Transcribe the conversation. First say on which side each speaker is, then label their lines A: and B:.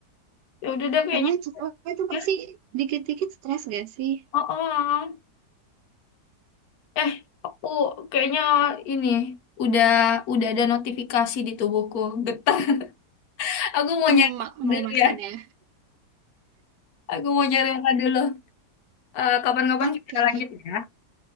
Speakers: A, on the left (about 65°); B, on the right (about 85°).
A: Ya udah deh kayaknya.
B: Karena cowok itu pasti
A: Ya.
B: dikit-dikit stres gak sih?
A: Oh, oh. Eh, aku kayaknya ini udah udah ada notifikasi di tubuhku. Getah. <laughs> Aku mau
B: Hmm,
A: nyari
B: ma-
A: dulu
B: mau makan
A: ya.
B: ya?
A: Aku mau nyari makan dulu. Eh, kapan-kapan
B: Oke,
A: kita lanjut ya.